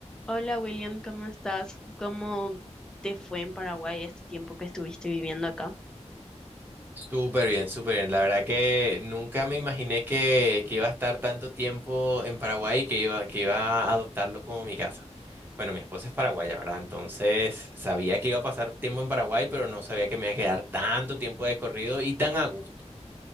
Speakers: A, in the centre; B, on the right.
A: Hola William, ¿cómo estás? ¿Cómo te fue en Paraguay este tiempo que estuviste viviendo acá?
B: Súper bien, súper bien. La verdad que nunca me imaginé que, que iba a estar tanto tiempo en Paraguay y que iba, que iba a adoptarlo como mi casa. Bueno, mi esposa es paraguaya, ¿verdad? Entonces sabía que iba a pasar tiempo en Paraguay, pero no sabía que me iba a quedar tanto tiempo de corrido y tan a gusto.